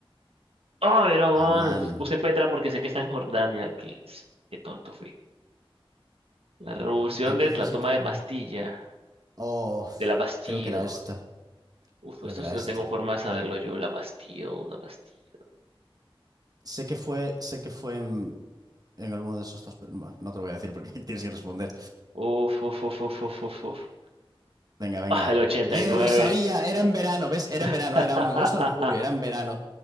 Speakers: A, on the right (about 85°); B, on the right (about 40°).
A: Ay, no, man.
B: Amán.
A: Puse Petra porque sé que está en Jordania. Que, qué tonto fui. La revolución
B: ¿En
A: de
B: qué fecha?
A: la toma
B: ta-
A: de Bastilla.
B: Oh,
A: De la Bastille.
B: creo que era esta.
A: Uf,
B: Creo
A: esto
B: que era
A: sí
B: esta.
A: no tengo forma de saberlo yo. La Bastille, la Bastille.
B: Sé que fue, sé que fue en, en alguno de esos dos, pero bueno, no te lo voy a decir porque <laughs> tienes que responder.
A: Uf, uf, uf, uf, uf, uf. uf.
B: Venga, venga.
A: Ah, el 89.
B: Eh, lo sabía, era en verano, ¿ves? Era en verano,
A: <laughs>
B: era un agosto o en julio, era en verano,